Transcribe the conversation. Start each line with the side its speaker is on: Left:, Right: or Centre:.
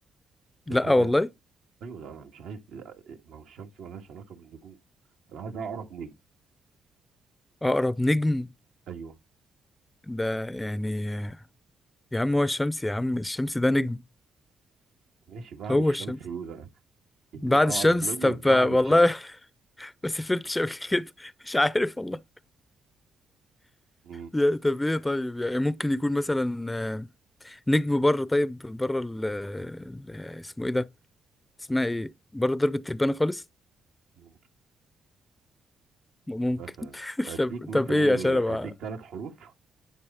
Right: ده
Left: لا
Right: كده
Left: والله
Right: ن- ايوه ده انا مش عايز لا، ما هو الشمس ملهاش علاقة بالنجوم انا عايز اقرب نجم
Left: اقرب نجم
Right: ايوه
Left: ده يعني آه، يا عم هو الشمس يا عم الشمس ده نجم
Right: ماشي بعد
Left: هو
Right: الشمس
Left: الشمس
Right: ايه بقى يعني
Left: بعد
Right: اقرب
Left: الشمس
Right: نجم
Left: طب
Right: بعد
Left: آه، والله
Right: الشمس
Left: <laughs> ما سافرتش قبل كده مش عارف والله
Right: مم.
Left: يا- طب ايه طيب يعني ممكن يكون مثلا آه، نجم بره طيب بره ال ال- اسمه ايه ده اسمها ايه بره درب التبانة خالص
Right: ممكن
Left: م- ممكن
Right: مثلا
Left: <laughs>
Right: اديك
Left: طب
Right: مثلا
Left: طب ايه
Right: ايه
Left: عشان ابقى
Right: اديك ثلاث حروف